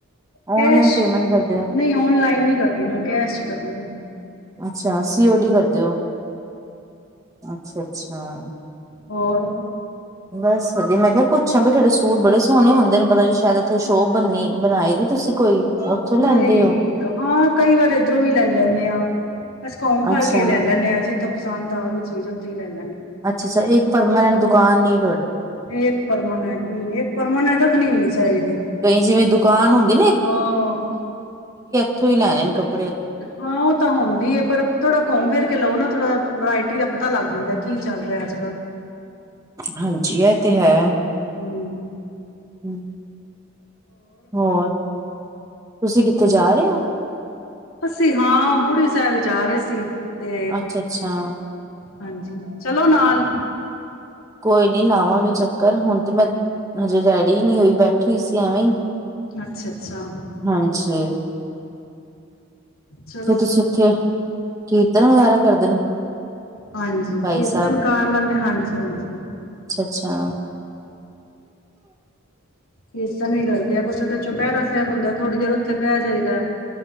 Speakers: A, on the left (about 80°); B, on the right (about 15°).
A: ਕੈਸ਼
B: ਓਨਲਾਈਨ ਪੇਮੈਂਟ ਕਰਦੇ ਹੋ।
A: ਨਹੀਂ ਔਨਲਾਈਨ ਨ ਕਰਦੀ ਮੈਂ, ਕੈਸ਼ ਹੀ ਕਰਦੀ ਹਾਂ।
B: ਅੱਛਾ ਸੀ ਓ ਡੀ ਕਰਦੇ ਹੋ ਅੱਛਾ -ਅੱਛਾ <inaudible>
A: ਹੋਰ।
B: ਬਸ ਵਧੀਆ, ਮੈਂ ਕਿਹਾ ਪੁੱਛਿਆ ਬ ਤੁਹਾਡੇ ਸੂਟ ਬੜੇ ਸੋਹਣੇ ਹੁੰਦੇ ਨੇ, ਪਤਾ ਜੀ ਸ਼ਾਇਦ ਇੱਥੇ ਸ਼ੋਅ ਬੰਨੀ ਬਣਾਈ ਦੀ ਤੁਸੀਂ ਕੋਈ? ਉੱਥੋਂ ਲੈਂਦੇ
A: ਨਹੀਂ,
B: ਹੋ
A: ਹਾਂ ਕਈ ਵਾਰ ਇੱਧਰੋਂ ਵੀ ਲੈ ਲੈਂਦੇ ਹਾਂ। ਅਸੀ ਕੌਮ ਫੜ
B: ਅੱਛਾ
A: ਕੇ ਲੈ ਲੈਂਨ ਹਾਂ ਜੀ ਇੱਥੋਂ ਪਸੰਦ ਆ ਗਈ ਚੀਜ਼ <unintelligible> ਚੀਲ <inaudible>
B: ਅੱਛਾ ਅੱਛਾ ਇੱਕ ਪਰਮਾਨੈਂਟ <inaudible> ੀ <unintelligible>
A: ਇੱਕ ਪਰਮਾਨੰਟ ਨੀਂ, ਇੱਕ ਪਰਮਾਨੰਟ ਰੱਖਨੀ ਵੀ ਨੀ ਚਾਹੀਦੀ,
B: ਕਈ ਜਿਵੇਂ ਦੁਕਾਨ ਹੁੰਦੀ
A: ਹਾਂ।
B: ਉਥੋਂ ਹੀ ਲੈਣੇ ਨੇ <inaudible>
A: ਹਾਂ ਉਹ ਤਾਂ ਹੁੰਦੀ ਏ, ਪਰ ਥੋੜਾ ਘੁੰਮ ਫਿਰ ਲਓ ਨਾ ਥੋੜਾ ਵਰਾਇਟੀ ਦਾ ਪਤਾ ਲੱਗ ਜਾਂਦਾ, ਕੀ ਚੱਲ ਰਿਹਾ ਅੱਜ- ਕੱਲ੍ਹ?
B: ਹਾਂਜੀ, ਇਹ ਤੇ ਹੈ।
A: ਹਮ <inaudible>
B: ਹਮ <inaudible> ਹੋਰ, ਤੁਸੀਂ ਕਿਥੇ? ਜਾ ਰਹੇ ਓ?
A: ਅਸੀਂ ਹਾਂ ਬੂੜੀ ਸਾਹਿਬ ਜਾ ਰਹੇ ਸੀ ਤੇ
B: ਅੱਛਾ ਅੱਛਾ
A: ਹਾਂਜੀ ਚਲੋ ਨਾਲ
B: ਕੋਈ ਨੀ ਲਾਵਾਂਗੇ ਚੱਕਰ ਹੁਣ ਤੇ ਮੈਂ ਹਜੇ ਰੈਡੀ ਨਹੀਂ ਹੋਈ ਬੈਠੇ ਠੀ ਸੀ ਐਵੇਂ
A: ਅੱਛਾ ਅੱਛਾ
B: ਹਾਂਜੀ
A: ਚਲੋ
B: ਕੇ ਤੁਸੀਂ ਉੱਥੇ ਕੀ ਵਗੈਰਾ ਕਰਦੇ ਨੇ
A: ਹਾਂਜੀ
B: ਭਾਈ
A: ਕੀਰਤਨ
B: ਸਾਹਿਬ।
A: ਕਰ ਲੈਂਦੇ ਹਾਂਜੀ ਹਾਂਜੀ
B: ਅੱਛਾ
A: ਕੀਰਤਨ ਨਹੀਂ ਕਰਦੇ ਆ ਕੁਛ ਚੋਂ ਪੈਰਾ ਸਾਹਿਬ ਹੁੰਦਾ ਥੋੜੀ ਦੇਰ ਉੱਥੇ ਬਹਿ ਜਾਈਦਾ